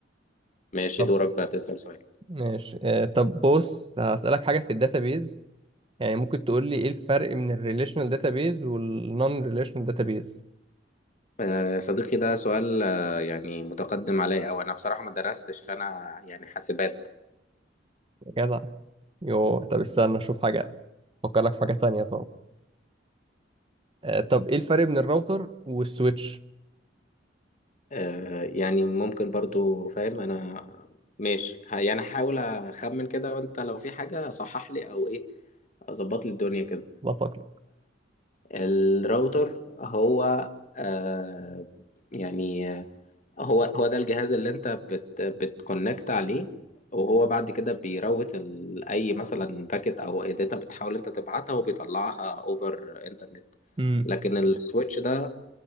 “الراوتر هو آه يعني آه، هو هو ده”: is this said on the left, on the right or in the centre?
Left